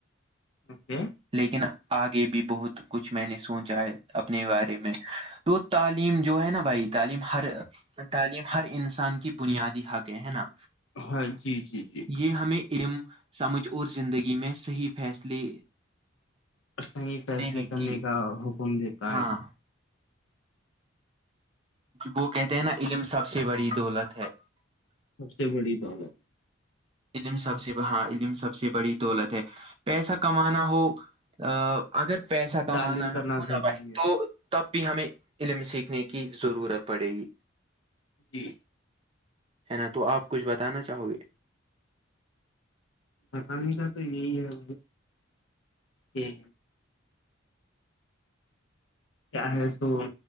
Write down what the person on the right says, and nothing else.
لیکن آگے بھی بہت کچھ میں نے سوچا ہے اپنے بارے میں تو تعلیم جو ہے نا بھائی تعلیم ہر تعلیم ہر انسان کی بنیادی حقیں ہے نا
یہ ہمیں علم سمجھ اور زندگی میں صحیح فیصلے
لینے
کی
ہاں
وہ کہتے ہیں نا علم سب سے بڑی دولت ہے
علم سب سے ہاں علم سب سے بڑی دولت ہے پیسہ کمانا ہو ا اگر پیسہ کمانا
ہونا
بھائی
تو تب بھی ہمیں علم سیکھنے کی ضرورت پڑے گی
ہے نا تو آپ کچھ بتانا چاہو گے